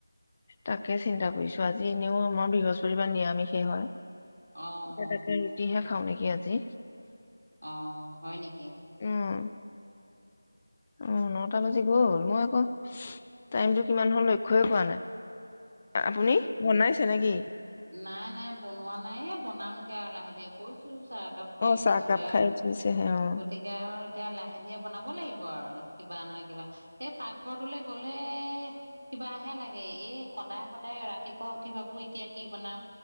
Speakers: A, on the left; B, on the right.
A: তাকে চিন্তা কৰিছো আজি যেনেও আমাৰ বৃহস্পতিবাৰ নিৰামিষেই হয় এয়া
B: অ
A: তাকে ৰুটিহে খাওঁ নেকি কি আজি
B: অ হয় নেকি
A: উম অ নটা বাজি গ'ল মই আকৌ টাইমতটো কিমান হল লক্ষ্যই কৰা নাই আপুনি বনাইছে নেকি
B: নাই-নাই বনোৱা নাই বনামগে আৰু লাহে-লাহে কৈছো, চাহ একাপ খাই
A: অ
B: উঠিছোহে
A: চাহকাপ খাই
B: আৰু
A: উঠিছেহে অ
B: গতিকে আৰু এতিয়া লাহে ধীৰে বনাব লাগিব আৰু কিবা নহয় কিবা এই পাকঘৰটোলৈ গলে কিবাহে লাগে এই সদায়-সদায় ৰাতিপুৱা উঠি ভাবো এতিয়া কি বনাম।